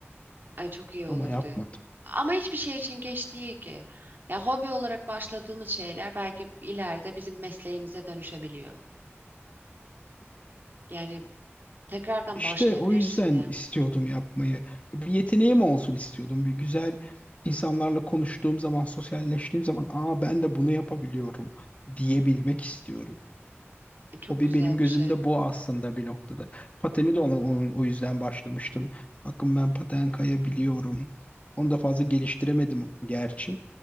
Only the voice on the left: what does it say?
Ama yapmadım.
İşte
o yüzden
istiyordum yapmayı. Bir yeteneğim olsun istiyordum. Bir güzel insanlarla konuştuğum zaman, sosyalleştiğim zaman, aa ben de bunu yapabiliyorum diyebilmek istiyorum.
Hobi
benim gözümde
bu aslında bir noktada. Pateni de ona, o o yüzden başlamıştım. Bakın ben paten kayabiliyorum. Onu da fazla geliştiremedim gerçi.